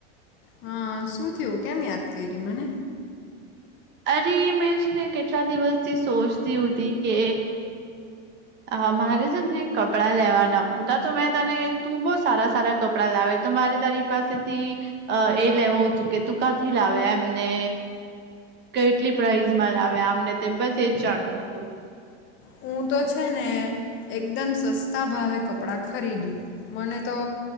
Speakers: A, on the left; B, on the right.
A: હા શું થયું કેમ‌ યાદ કરી મને
B: અરે મેં છે ને કેટલા દિવસ થી સોચતી હતી કે હ મારે છે ને કપડાં લેવાના ઉટા તો મેં તને તું બહુ સારા સારા કપડાં લાવે તમારે તારી પાસેથી અ એ લેવું તું કે તું કાથી લાવે એમ ને કેટલી પ્રાઈઝમાં લાવે આમને તેમ બસ, એજ જાણવું હતું.
A: હું તો છે ને એકદમ સસ્તા ભાવે કપ ળા ખરીદું, મને તો